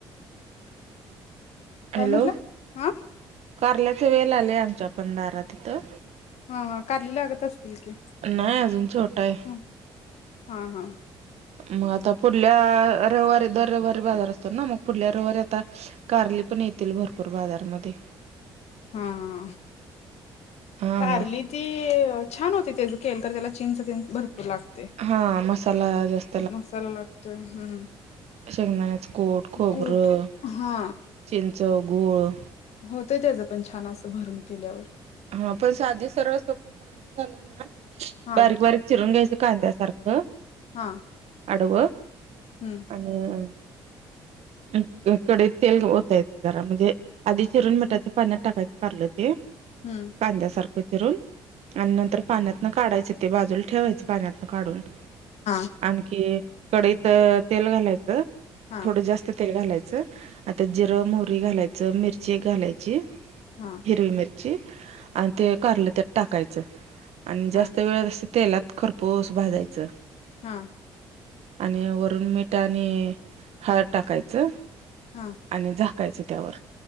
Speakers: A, on the right (about 60°); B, on the left (about 65°).
A: हॅलो
B: काय म्हणला? हा
A: कारल्याचे वेल आलेय आमच्या पण दारा तिथं.
B: हा हा कारली लागत असतील की.
A: नाय अजून छोटा आहे.
B: हा हा हा.
A: म आता पुढल्या रविवारी दर रविवारी बाजार असतो ना मग पुढल्या रविवारी आता कारली पण येतील, भरपूर बाजारमध्ये.
B: हां हां
A: हां
B: कारली ती छान होते तेजा केल तर त्याला चिंच तिन भरपूर लागते.
A: हा मसाला जास्
B: मसाला लागतोय हम्म.
A: शेंगदाण्याचा कोट, खोबरं,
B: कूट हा
A: चिंच, गूळ
B: होतं त्याज पण छान असं भरून केल्यावर.
A: हा पण सादे सर्व सोपं करायचं झालं ना
B: हा
A: बारीक-बारीक चिरून घ्यायचं कांद्या सार का
B: हां.
A: आडवं
B: हम्म.
A: हम्म अम अ कढाईत तेल ओतायचा जरा म्हणजे आधी चिरुन मिठाच्या पाण्यात टाकायचं कारलं ते.
B: हम्म.
A: कांद्यासारखं चिरून आणि नंतर पाण्यातनं काढायचं ते बाजूला ठेवायचं पाण्यातनं काढून.
B: हां.
A: आणखी कडईत तेल, घालायचं
B: हां,
A: थोडं जास्ती तेल घालायचं आता जिरं, मोरी घालायचं, मिरची एक घालायची.
B: हां.
A: हिरवी मिरची आणि ते कारलं त्यात टाकायचा आणि जास्त
B: हां,
A: वेळ असं तेलात खरपोस भाजायचं
B: हां.
A: आणि वरून मीठ आणि हळद टाकायचं.
B: हां.
A: आणि झाकायचं त्यावर.